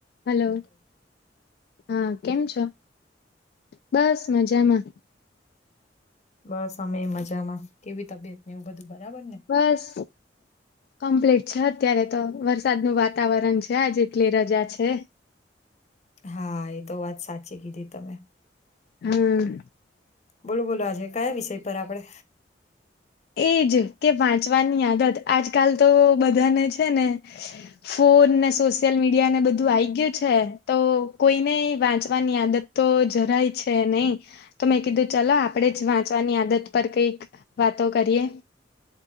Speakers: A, on the left (about 60°); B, on the left (about 40°).
A: Hello હા કેમ છો બસ મજામાં
B: બસ અમે મજામાં કેવી તબિયત ને એવું બધું બરાબર ને
A: બસ કમ્પ્લીટ છે અત્યારે તો વરસાદ નુ વાતાવરણ છે આ જેટલી રજા છે
B: હા એ તો વાત સાચી કીધી તમે
A: હમ
B: બોલું બોલો આજે કયા વિષય પર આપડે
A: એજ કે વાંચવાની આદત આજકાલ તો બધાને છે ને ફોન ને સોશિયલ મીડિયા ને બધું આવી ગયું છે તો કોઈને વાંચવાની આદત તો જરાય છે નહી તો મેં કીધું ચલો આપણે જ વાંચવાની આદત પર કઈક વાતો કરીએ